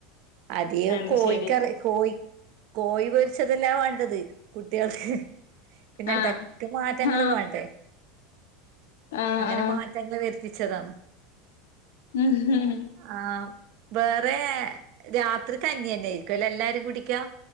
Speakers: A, on the right; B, on the left.
A: അധികം
B: അത്
A: കോഴിക്കറി
B: ശരി
A: കോഴി കോഴി പൊരിച്ചതെല്ലാ വേണ്ടത് കുട്ടികൾക്ക് പിന്നെ
B: ആ
A: എടക്ക് മാറ്റങ്ങള്
B: ആ
A: വേണ്ടേ
B: ആ
A: അങ്ങനെ
B: ആ
A: മാറ്റങ്ങൾ വരുത്തിച്ചതാണ്
B: ഉം ഉം
A: ആഹ് വേറേ രാത്രി കഞ്ഞി തന്നെയായിരിക്കുംല്ലേ എല്ലാരും കുടിക്കാ